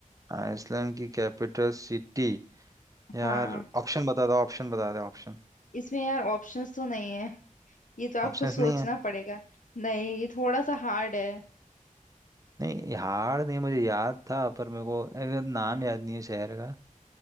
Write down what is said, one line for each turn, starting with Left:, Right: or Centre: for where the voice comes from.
Right: आइसलैंड की कैपिटल सिटी यार
Left: हाँ
Right: ऑप्शन बता दो ऑप्शन बता दो ऑप्शन
Left: इसमें यार ऑप्शंस तो नहीं है ये तो आपको
Right: ऑप्शंस
Left: सोचना
Right: नहीं है
Left: पड़ेगा नहीं ये थोड़ा सा हार्ड है
Right: नहीं हार नहीं मुझे याद था पर मेरे को ए, नाम याद नहीं है शहर का